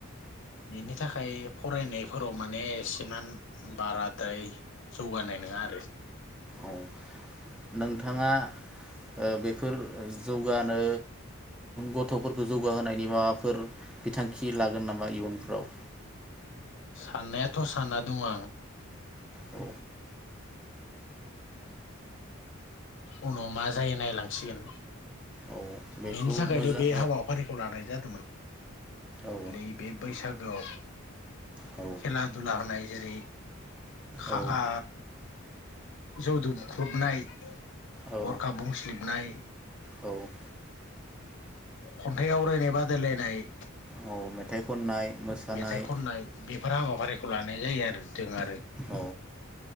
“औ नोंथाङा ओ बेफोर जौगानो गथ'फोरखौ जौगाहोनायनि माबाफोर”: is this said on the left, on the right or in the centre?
Centre